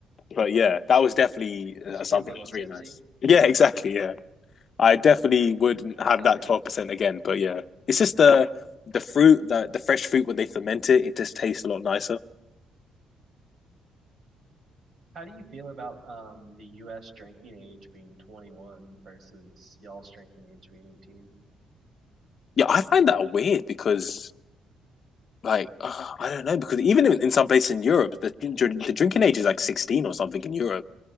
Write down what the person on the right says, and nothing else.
Just
be a little
tipsy.
Yeah,
that sounds
nice.
How do you feel about um the US drinking age being 21 versus y'all's drinking age being 18?